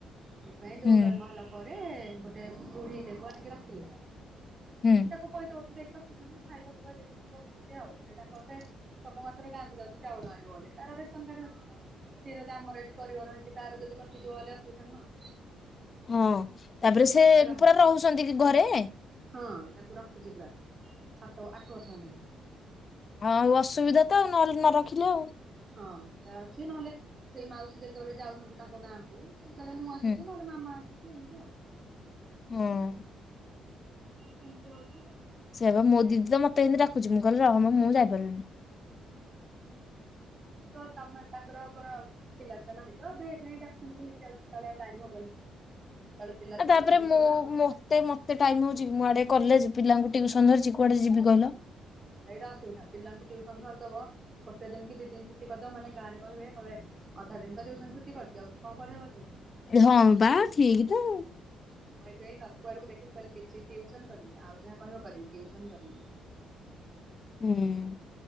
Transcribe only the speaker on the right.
ସେଇଥିପାଇଁ ଯୋଉ
ଜନ୍ମ ହେଲା ପରେ ଗୋଟେ ବୁଢୀ ଦେବ ଆଣିକି ରଖିଲେ।
ତାକୁ ପଇସା ସବୁ ଦେଇକି ରଖିଛନ୍ତି ଖାଇବା ପିଇବା ଦେଇକି ସବୁ ଅଛି ସ ଆଉ ସେ ତାଙ୍କ ସେ ସବୁ ମାସରେ ଗାଁକୁ ଯାଉଛି ଚାଉଳ ଆଣିବ ବୋଲି ତାର ରେସନକାର୍ଡ ଅଛି ଆଉ ସେ ଯଦି ଆମର ଏଠି କରିବ ରହିକି ତାର ଯଦି କଟିଯିବ ବୋଲି ଅସୁବିଧା ନୁହଁ।
ଏବେ ରହ
ହଁ ତାକୁ ରଖିଛି ପୁରା ସାତ ଆଠ ବର୍ଷ ହେଲାଣି।
ହଁ ସେଇଟା ଅଛି ନହେଲେ ସେଇ ମାଉସୀ ଯେତେବେଳେ ଯାଉଛନ୍ତି ତାଙ୍କ ଗାଁକୁ ସେତେବେଳେ ମୁଁ ଆସୁଛି
ନ ମାମା ଆସୁଛି ଏମିତି ଆଉ
ସେମିତି ହଉଛି ଆଉ
ସେଥିପାଇଁ
ଏବେ
ତମେ ତାଙ୍କର କଣ? ପିଲା ଛୁଆ ନାହିଁ ତ ଏବେ ଏଇଥି ପାଇଁ ଡାକୁଛନ୍ତି ବୁଲିକି ଯାଅ ଆଉ ସେତେବେଳେ ଟାଇମ ହବନି। ସେତେବେଳେ ପିଲା ଛୁଆ
କଥା ବୁଝିବା
ଏଇଟା ଅସୁବିଧା ପିଲାଙ୍କୁ ଟିଉସନ ଧରିଦବ ଗୋଟେ ଦିନ କି ଦି ଦିନ ଛୁଟି କରିଦବ ମାନ ଗାଁରେ କହିବେ କହିବେ ଅଧା ଦିନି ତ ଟ୍ୟୁସନ ଛୁଟି କରିଛି ଆଉ କଣ ପଢେଇବ ସେ?
ମୁଁ ଏବେ ଏଇ ସବୁଆଡକୁ ଦେଖିବି କହିଲ କିଛି ଟିଉସନ କରିବିନି ଆଉ ଯାହା କହିବ କରିବି ଟିଉସନ କରିବିନି।